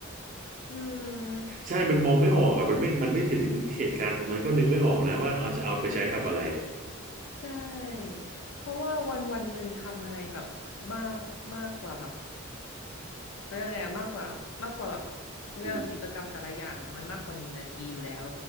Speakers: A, on the left (about 75°); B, on the right (about 35°).
A: อืม
B: ใช่มันมองไม่ออกอ่ะมันไม่มันไม่ถึงเหตุการณ์ตรงนั้นก็นึกไม่ออกนะว่าเอาจะเอาไปใช้ทำอะไร
A: ใช่เพราะว่าวันวันหนึ่งทำอะไรแบบมากมากกว่าแบบเขาเรียกว่าไงมากกว่ามากกว่าแบบเขาเรียกว่ากิจกรรมแต่ละอย่างอ่ะมันมากกว่าหนึ่งนาทีอยู่แล้ว
B: อืม